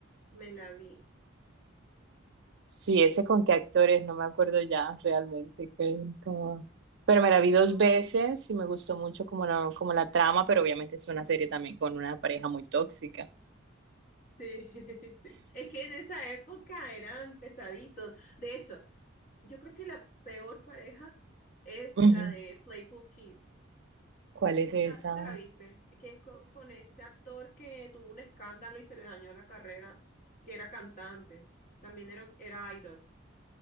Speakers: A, on the left (about 45°); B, on the right (about 65°).
A: me la vi.
B: Sí,
A: Sí,
B: ese
A: sí.
B: con qué actores, no me acuerdo ya realmente. que- como- Pero me la vi dos
A: No.
B: veces y me gustó mucho como la, como la trama, pero obviamente es una serie también con una pareja muy tóxica.
A: Sí, <laughs> sí. Es que en esa época eran pesaditos. De hecho, yo creo que la peor pareja es
B: Ujú.
A: la de Playful Kiss.
B: ¿Cuál es
A: Esa,
B: esa?
A: si te la viste, que es co- con este actor que tuvo un escándalo y se le dañó la carrera, que era cantante, también era, era idol.